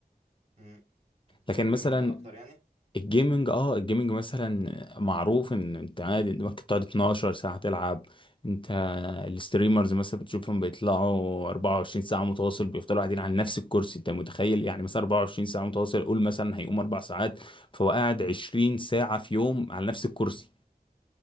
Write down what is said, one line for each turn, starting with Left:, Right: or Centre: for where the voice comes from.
Right: امم شايف
Left: لكن
Right: جيمنج
Left: مثلا
Right: اكتر يعني
Left: الجيمنج اه الجيمنج مثلا معروف ان انت عادي انت ممكن تقعد 12 ساعة تلعب انت الستريمرز مثلا بتشوفهم بيطلعوا 24 ساعة متواصل بيفضلوا قاعدين على نفس الكرسي انت متخيل يعني مثلا 24 ساعة متواصل قول مثلا هيقوم اربع ساعات فهو قاعد 20 ساعة في يوم على نفس الكرسي